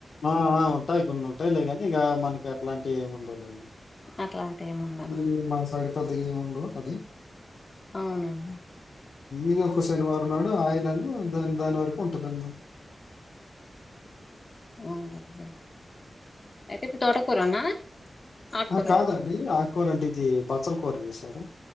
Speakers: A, on the left (about 75°); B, on the left (about 35°).
A: అ ఆ ఉంటయి కొన్ని ఉంటాయిలే కానీ ఇక మనకి ఇలాంటి ఏమి ఉండవులె అండి
B: అట్లాంటి ఏమి ఉండదు
A: మ్ మన సైడ్ కొద్ది గేమ్ ఉండవు అది
B: అవునండి
A: ఇ ఒక శనివారం నాడు ఆయిలను దా దాని వరకు ఉంటుంది అండి
B: అ నొప్పుే అయితే ఇప్పుడ్ తోటకూరనా ఆకుకూర
A: అహ కాదండి ఆక్కూర అంటె ఇది బచ్చలి కూర అహ